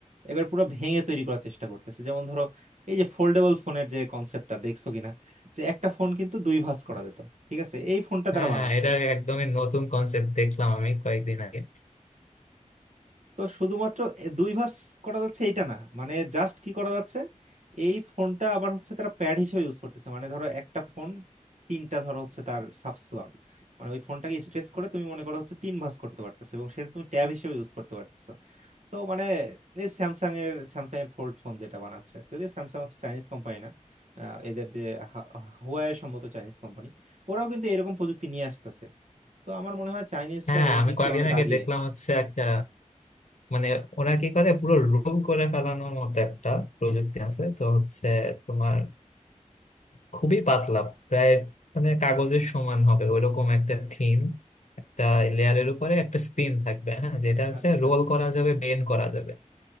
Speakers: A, on the right; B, on the left.
A: এবার পুরো ভেঙে তৈরি করার চেষ্টা করতেছে যেমন ধরো এই যে ফোল্ডেবল ফোনের যে কনসেপ্টটা দেখছো কিনা যে একটা ফোন কিন্তু দুই ভাঁজ করা যেত ঠিক আছে এই ফোনটা
B: হ্যাঁ
A: তারা বানাচ্ছে
B: হ্যাঁ এটা একদমই নতুন কনসেপ্ট দেখলাম আমি কয়েকদিন আগে
A: তো শুধুমাত্র এ- দুই ভাঁজ করা যাচ্ছে এইটা না মানে জাস্ট কি করা যাচ্ছে এই ফোনটা আবার হচ্ছে তারা প্যাড হিসেবে ইউজ করতেছে মানে ধরো একটা ফোন তিনটা ধরো হচ্ছে তার সাব স্লট মানে ওই ফোনটাকে স্ট্রেস করে তুমি মনে করো হচ্ছে তিন ভাঁজ করতে পারতেছো এবং সেটা তুমি ট্যাব হিসেবে ইউজ করতে পারতেছো তো মানে এই স্যামসাং এর স্যামসাং এর ফোল্ড ফোন যেটা বানাচ্ছে যদিও স্যামসাং হচ্ছে চাইনিজ কোম্পানি না আহ, এদের যে হা- হুয়াওয়ে সম্ভবত চাইনিজ কোম্পানি ওরাও কিন্তু এরকম প্রযুক্তি নিয়ে আসতেছে তো আমার মনে হয় চাইনিজরা
B: হ্যাঁ হ্যাঁ,
A: এই
B: আমি
A: দিক
B: কয়েকদিন
A: দিয়ে অনেক
B: আগে
A: আগিয়ে
B: দেখলাম হচ্ছে একটা মানে ওরা কি করে পুরো রোল করে ফেলানোর মতো একটা প্রযুক্তি আছে তো হচ্ছে তোমার খুবই পাতলা প্রায় মানে কাগজের সমান হবে ওইরকম একটা থিম একটা লেয়ারের উপরে একটা স্ক্রিন থাকবে হ্যাঁ যেটা হচ্ছে
A: আচ্ছা
B: রোল করা যাবে বেন্ড করা যাবে